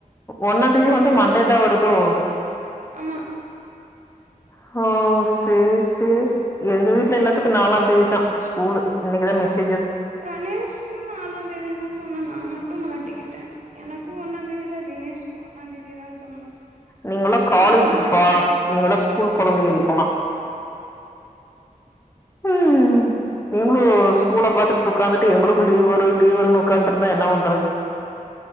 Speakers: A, on the left; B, on the right.
A: ஒன்னா தேதி வந்து
B: ம்
A: மண்டே
B: ம்
A: தா வருதோ
B: ஆமா
A: <inaudible> ஹோ சேர் சேர் எங்க வீட்ல எல்லாத்துக்கு நாலாந்தேதி தா ஸ்கூலு இன்னைக்குதா மெஸ்
B: ரமேஷ்க்கு நாலாந்தேதி தா சொன்ன நா மட்டு மாட்டிக்கிட்ட எனக்கு ஒன்னா தேத் இல்ல தினேஷ்க்கு ஒன்னா தேதி தான் சொன்னோ
A: நீங்கல்லா காலேஜுக்குப்பா
B: நாங்களா மாட்டிருப்போ
A: நீங்கல்லா ஸ்கூல் கொழந்தைகள் போலா ம் நீங்ளு ஸ்கூல பாத்துட் ஒட்காந்துட்டு எங்களுக்கு லீவ் வரு லீவ் வருனு ஒக்காந்ட்ருந்தா என்ன பண்றது <inaudible>